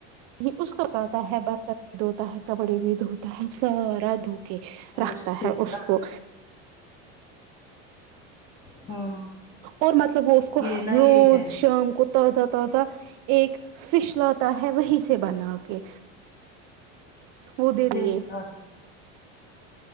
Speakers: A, on the right; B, on the left.
A: یہ اس کو کہتا ہے برتن بھی دھوتا ہے کپڑے بھی دھو تا ہے سارا دھوکے رکھتا
B: اس
A: ہے
B: دیکھا
A: اس کو
B: ہوں
A: اور مطلب وہ اس کو
B: یہ نا
A: روز
B: یہ ہے
A: شام کو تازہ تازہ ایک فش لاتا ہے وہی سے بنا کے وہ ادھر
B: دیکھا
A: ھی ہے